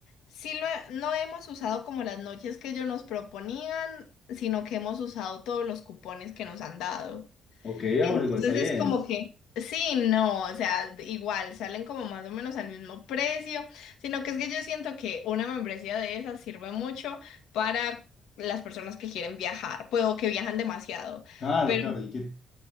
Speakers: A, on the left; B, on the left.
A: sí lo he- no hemos usado como las noches que ellos nos proponían, sino que hemos usado todos los cupones que nos han dado.
B: Ok,
A: Entonces
B: ah, bueno, igual está bien.
A: es como que, sí, no, o sea, igual salen como más o menos al mismo precio, sino que es que yo siento que una membresía de esas sirve mucho para las personas que quieren viajar, pues o que viajan demasiado,
B: Claro,
A: pero,
B: claro. ¿Y qué?